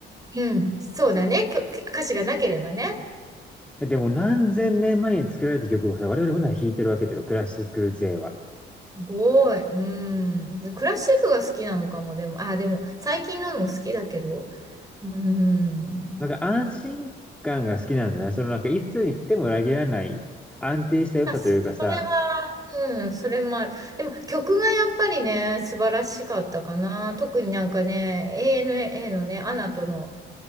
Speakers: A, on the right; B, in the centre.
A: うん、そうだね、きょ歌詞がなければね。
B: でも何千年前に作られた曲をさ、我々まだ弾いてるわけだよ、クラシック勢は。
A: すごい、うん。クラシックが好きなのかも、でも、あ、でも最近のも好きだけど、うん。
B: なんか安心感が好きなんじゃないそのなんかいつ行っても裏切らない安定した良さというかさ、
A: なあそれは、うん、それもある。でも曲がやっぱりね、素晴らしかったかな。特になんかね、ANA のね、アナとの、